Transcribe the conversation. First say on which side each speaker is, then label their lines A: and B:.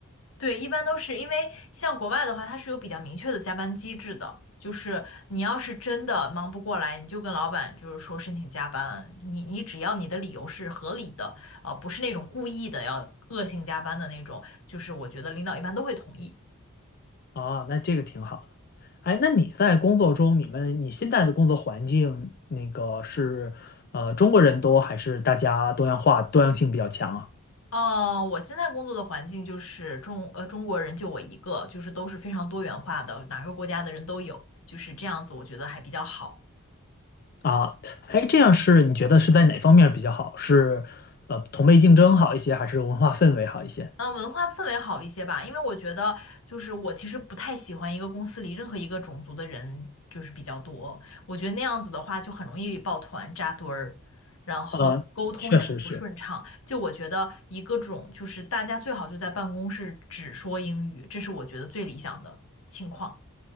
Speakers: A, on the left; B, on the left.
A: 对，一般都是因为像国外的话，它是有比较明确的加班机制的，就是你要是真的忙不过来，你就跟老板就是说申请加班，你你只要你的理由是合理的，呃，不是那种故意的要恶性加班的那种，就是我觉得领导一般都会同意。
B: 啊。那这个挺好的。哎，那你在工作中，你们你现在的工作环境，那个是呃中国人多还是大家多样化、多样性比较强啊？
A: 哦，我现在工作的环境就是中呃中国人就我一个，就是都是非常多元化的，哪个国家的人都有，就是这样子，我觉得还比较好。
B: 啊，哎，这样是你觉得是在哪方面比较好？是呃同辈竞争好一些，还是文化氛围好一些？
A: 呃，文化氛围好一些吧，因为我觉得就是我其实不太喜欢一个公司里任何一个种族的人就是比较多，我觉得那样子的话就很容易抱团扎堆儿，然后沟通也会不顺畅。
B: 呃，确实是。
A: 就我觉得一个种就是大家最好就在办公室只说英语，这是我觉得最理想的情况。